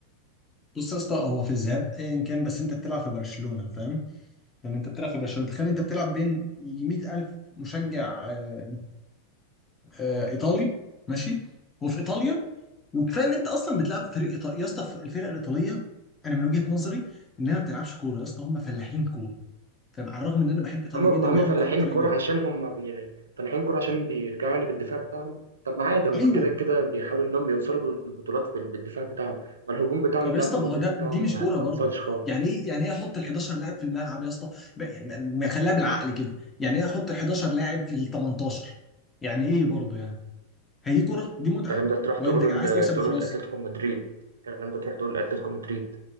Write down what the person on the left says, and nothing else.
بص يا اسطى هو في الذهاب ايا كان بس انت بتلعب في برشلونه فاهم يعني انت بتلعب في برشلونه تخيل انت بتلعب بين 100000 الف مشجع آه، آه، ايطالي ماشي وفي ايطاليا وكفايه ان انت اصلا بتلعب فريق ايطالي يا اسطى الفرق الايطاليه انا من وجهه نظري انها ما بتلعبش كوره يا اسطى هم فلاحين كوره فعلى الرغم ان انا بحب ايطاليا
جدا
بحب
كره ايطاليا
جدا
ايوه
طب
يا اسطى
ما هو ده
دي مش
كوره
برضه
يعني ايه يعني ايه احط ال 11 لاعب في الملعب يا اسطى ب- يعني ما خليها بالعقل كده يعني ايه احط ال 11 لاعب في ال 18 يعني ايه برضه يعني هي دي كوره دي متعه
وانت
عايز
تكسب
وخلاص